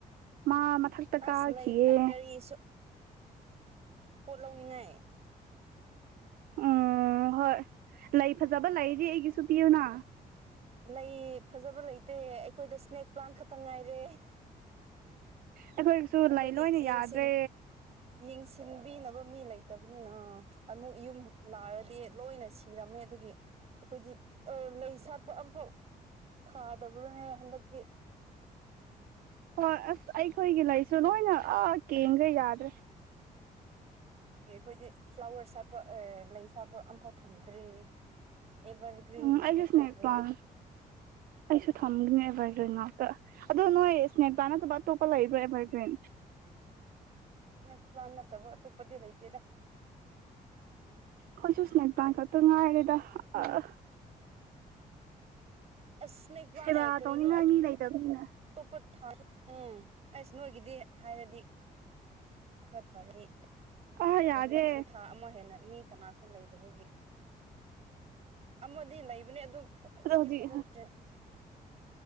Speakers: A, on the right; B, on the right.
A: ꯃꯥ ꯃꯊꯛꯇ
B: ꯑꯁ
A: ꯀꯥꯈꯤꯌꯦ
B: ꯂꯩ ꯀꯔꯤꯁꯨ ꯄꯣꯠ ꯂꯧꯅꯤꯡꯉꯥꯏ
A: ꯎꯝ ꯍꯣꯏ ꯂꯩ ꯐꯖꯕ
B: ꯑꯣ
A: ꯂꯩꯗꯤ ꯑꯩꯒꯤꯁꯨ ꯄꯤꯌꯨꯅ
B: ꯂꯩ ꯐꯖꯕ ꯂꯩꯇꯦ ꯑꯩꯈꯣꯏꯗ ꯁ꯭ꯅꯦꯛ ꯄ꯭ꯂꯥꯟ ꯈꯛꯇ ꯇ ꯉꯥꯏꯔꯦ
A: ꯑꯩꯈꯣꯏꯒꯤꯁꯨ
B: ꯑꯩꯈꯣꯏꯗꯤ
A: ꯂꯩ ꯂꯣꯏꯅ
B: ꯌꯦꯡꯁꯤꯟ
A: ꯌꯥꯗ꯭ꯔꯦ
B: ꯌꯦꯡꯁꯤꯟ ꯁꯤꯟꯕꯤꯅꯕ ꯃꯤ ꯂꯩꯇꯕꯅꯤꯅ ꯑꯃꯨꯛ ꯌꯨꯝ ꯂꯥꯔꯗꯤ ꯂꯣꯏꯅ ꯁꯤꯔꯝꯃꯦ ꯑꯗꯨꯒꯤ ꯑꯩꯈꯣꯏꯗꯤ ꯂꯩ ꯁꯥꯠ ꯁꯥꯠꯄ ꯑꯝꯐꯥꯎ ꯊꯥꯗꯕ꯭ꯔꯥꯕꯅꯦ ꯍꯟꯗꯛꯇꯤ
A: ꯍꯣꯏ ꯑꯁ ꯑꯩꯈꯣꯏꯒꯤ ꯂꯩꯥꯏꯁꯨ ꯂꯣꯏꯅ ꯑꯥ ꯀꯦꯟꯒ꯭ꯔꯦ ꯌꯥꯗ꯭ꯔꯦ
B: ꯑꯗꯨꯒꯤ ꯑꯩꯈꯣꯏꯗꯤ ꯐ꯭ꯂꯥꯋꯔ ꯁꯥꯠꯄ ꯂꯩ ꯁꯥꯠꯄ ꯑꯝꯐꯥꯎ ꯊꯝꯗ꯭ꯔꯤ ꯑꯦꯕꯔꯒ꯭ꯔꯤꯟ
A: ꯎꯝ
B: ꯉꯥꯛꯇ
A: ꯑꯩꯁꯨ ꯁ꯭ꯅꯦꯛ
B: ꯊꯝꯈ꯭ꯔꯦ
A: ꯄ꯭ꯂꯥꯟ ꯑꯩꯁꯨ ꯊꯝꯒꯅꯤ ꯑꯦꯚꯔꯒ꯭ꯔꯤꯟ ꯉꯥꯛꯇ ꯑꯗꯣ ꯅꯣꯏ ꯁꯅꯦꯛ ꯄ꯭ꯂꯥꯟ ꯅꯠꯇꯕ ꯑꯇꯣꯞꯄ ꯂꯩꯕ꯭ꯔꯥ ꯑꯦꯚꯔꯒ꯭ꯔꯤꯟ
B: ꯁꯅꯦꯛ ꯄ꯭ꯂꯥꯟ ꯅꯠꯇꯕ ꯑꯇꯣꯞꯄꯗꯤ ꯂꯩꯇꯦꯗꯥ
A: ꯈꯣꯏꯁꯨ ꯁꯅꯦꯛ ꯄꯥ꯭ꯂꯥꯟ ꯉꯥꯛꯇ ꯉꯥꯏꯔꯦꯗ ꯑꯥ
B: ꯑꯁꯅꯦꯛ ꯄ꯭ꯂꯥꯟ
A: ꯁꯦꯕꯥ
B: ꯑꯦ ꯀꯔꯤꯅꯣ
A: ꯇꯧꯅꯤꯡꯉꯥꯏ
B: ꯑ <unintelligible>
A: ꯃꯤ ꯂꯩꯇꯕꯅꯤꯅ
B: ꯎꯝ ꯑꯁ ꯅꯣꯏꯒꯤꯗꯤ ꯍꯥꯏꯔꯗꯤ ꯈꯔ ꯐꯔꯦ
A: ꯑꯥ
B: ꯑꯣꯔꯦ
A: ꯌꯥꯗꯦ
B: ꯍꯟꯗꯛꯁꯨ ꯊꯥ ꯑꯃ ꯍꯦꯟꯅ ꯃꯤ ꯀꯅꯥꯁꯨ ꯂꯩꯗꯕꯒꯤ ꯑꯃꯗꯤ ꯂꯩꯕꯅꯦ ꯑꯗꯨ
A: ꯑꯗꯣ
B: ꯁꯤꯗꯤ
A: ꯍꯧꯖꯤꯛ
B: ꯐꯖꯗ꯭ꯔꯦ